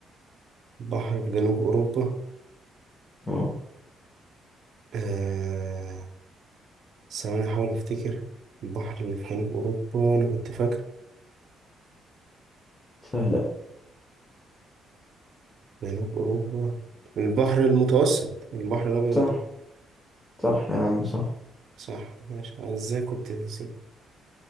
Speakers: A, on the right (about 65°); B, on the left (about 15°).
A: بحر في جنوب أوروبا
B: اه
A: آه... ثواني أحاول أفتكر البحر اللي في جنوب أوروبا أنا كنت فاكر
B: سهلة
A: جنوب أوروبا البحر المتوسط البحر الأبيض المت-
B: صح صح يا عم صح
A: صح ماشي أنا إزاي كنت نسيت